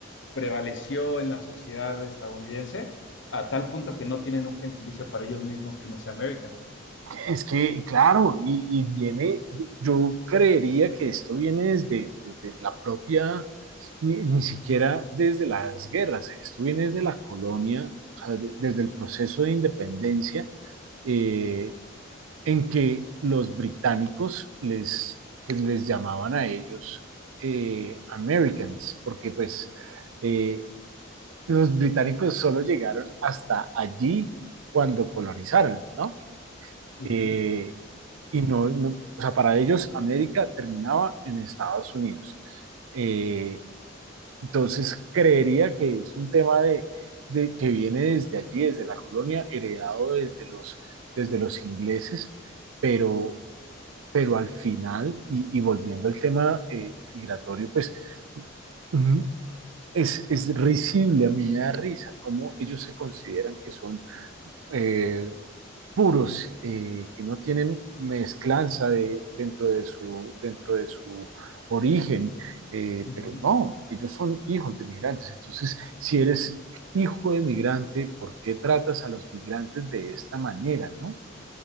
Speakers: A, on the left; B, on the right.
A: prevaleció en la sociedad estadounidense a tal punto que no tienen un gentilicio para ellos mismos que no sea American.
B: Es que, claro, y, y viene, yo creería que esto viene desde, desde la propia, ni, ni siquiera desde las guerras, esto viene desde la colonia, o sea, de- desde el proceso de independencia, eh, en que los británicos les, pues, les llamaban a ellos eh, Americans, porque pues eh, los británicos solo llegaron hasta allí cuando colonizaron, ¿no?
A: Uh
B: Eh,
A: -huh,
B: y no, no- o sea, para ellos América terminaba en Estados Unidos. Eh, entonces, creería que es un tema de, de que viene desde allí, desde la colonia, heredado desde los, desde los ingleses, pero, pero al final, y, y volviendo al tema eh, migratorio, pues mm, es, es risible, a mí me da risa cómo ellos se consideran que son eh, puros, eh, que no tienen mezclanza de, dentro de su, dentro de su origen, eh,
A: uh -huh.
B: pero no, ellos son hijos de migrantes. Entonces, si eres hijo de migrante, ¿por qué tratas a los migrantes de esta manera, no?